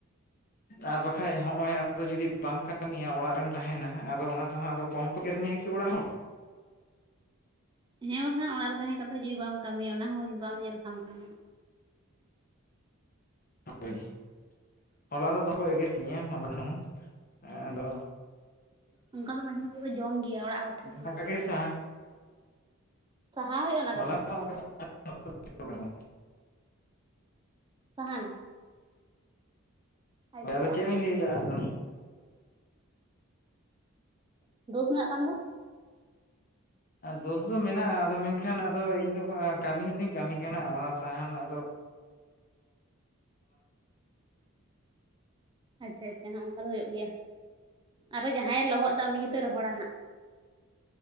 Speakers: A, on the left; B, on the right.
A: ᱟᱨ ᱵᱟᱠᱷᱟᱡ ᱦᱚᱸᱜᱚᱭᱼᱼ ᱟᱫᱚ ᱡᱩᱫᱤ ᱵᱟᱢ ᱠᱟᱹᱢᱤᱭᱟ ᱚᱲᱟᱜ ᱨᱮᱢ ᱛᱟᱦᱮᱱᱟ ᱟᱫᱚ ᱚᱱᱟ ᱛᱮᱦᱚᱸ ᱟᱫᱚ ᱠᱚᱢ ᱠᱚ ᱮᱜᱮᱨ ᱢᱮᱭᱟ ᱠᱤ ᱚᱲᱟᱜ ᱦᱚᱲ᱾
B: ᱦᱮᱸ ᱵᱟᱠᱷᱟᱱ ᱚᱲᱟᱜ ᱨᱮ ᱛᱟᱦᱮᱸ ᱠᱟᱛᱮᱫ ᱡᱩᱫᱤ ᱵᱟᱢ ᱠᱟᱹᱢᱤᱭᱟ ᱚᱱᱟ ᱦᱚᱸ ᱡᱩᱫᱤ ᱵᱟᱢ ᱧᱮᱞ ᱥᱟᱢᱴᱟᱣ᱾
A: ᱦᱳᱭ ᱦᱚᱞᱟ ᱫᱚᱠᱚ ᱮᱜᱮᱨ ᱠᱤᱧᱟᱹ ᱦᱚᱞᱟ ᱦᱚᱸ ᱟᱫᱚᱼᱼ
B: ᱚᱱᱠᱟ ᱫᱚ ᱢᱟᱡᱷᱮ ᱢᱟᱡᱷᱮ ᱠᱚ ᱡᱚᱢ ᱜᱮᱭᱟ ᱚᱲᱟᱜ ᱦᱚᱲ ᱴᱷᱮᱱ ᱠᱷᱚᱱᱟᱜ ᱫᱚ ᱾
A: <unintelligible>
B: ᱥᱟᱦᱟᱣ ᱦᱳᱭᱳᱜᱼᱟ ᱚᱱᱟ
A: ᱦᱚᱞᱟ
B: ᱠᱚ ᱫᱚ᱾
A: ᱦᱚᱸ ᱚᱱᱠᱟ ᱥᱮᱴᱮᱨ ᱟᱠᱟᱱᱟ᱾
B: ᱥᱟᱦᱟᱱᱼᱼ ᱟᱪᱪᱷᱟ
A: ᱦᱳᱭ ᱟᱫᱚ ᱪᱮᱫ ᱵᱤᱱ ᱞᱟᱹᱭ ᱞᱮᱜᱼᱟ ᱟᱫᱚ᱾
B: ᱫᱳᱥ ᱢᱮᱱᱟᱜ ᱛᱟᱢ ᱫᱚ᱾
A: ᱫᱳᱥ ᱫᱚ ᱢᱮᱱᱟᱜᱼᱟ ᱟᱫᱚ ᱢᱮᱱᱠᱷᱟᱱᱼᱼ ᱮᱱᱠᱷᱟᱱ ᱟᱫᱚ ᱤᱧ ᱫᱚ ᱠᱟᱹᱢᱤ ᱦᱚᱸᱛᱚᱧ ᱠᱟᱹᱢᱤ ᱠᱟᱱᱟ ᱚᱱᱟ ᱥᱟᱦᱟᱱ ᱟᱫᱚᱼᱼ
B: ᱟᱪᱪᱷᱟ ᱟᱪᱪᱷᱟ ᱦᱚ ᱚᱱᱠᱟ ᱫᱚ ᱦᱳᱭᱳᱜ ᱜᱮᱭᱟ ᱟᱨᱚ ᱡᱟᱦᱟᱸᱭᱮ ᱞᱚᱦᱚᱫᱟ ᱩᱱᱤ ᱜᱮᱛᱚᱭ ᱨᱚᱦᱚᱲᱟ ᱦᱟᱸᱜ᱾